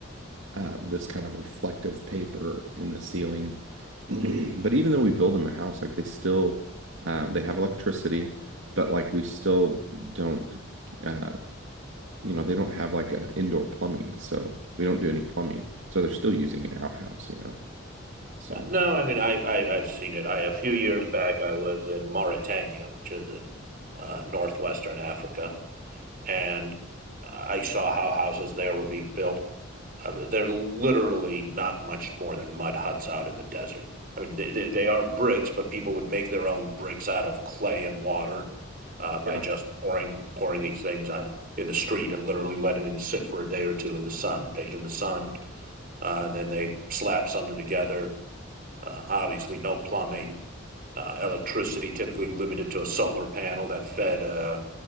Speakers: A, on the right (about 70°); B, on the right (about 45°).
A: uh, this kind of reflective paper in the ceiling <clears throat> But even though we build them a house, like they still uh, they have electricity, but like we still don't uh, you know, they don't have like uh indoor plumbing, so we don't do any plumbing. So they're still using an outhouse, you know. So
B: No, I mean, I, I, I've seen it. I, a few years back, I was in Mauritania, which is in uh, northwestern Africa, and uh, I saw how houses there were being built. I mean, they're literally not much more than mud huts out in the desert. I mean, they, they, they are bricks, but people would make their own bricks out of clay and water uh, by
A: yeah.
B: just pouring pouring these things on, in the street and literally letting them sit for a day or two in the sun, bake in the sun, uh, and then they slap something together uh, obviously, no plumbing, uh, electricity typically limited to a solar panel that fed uh,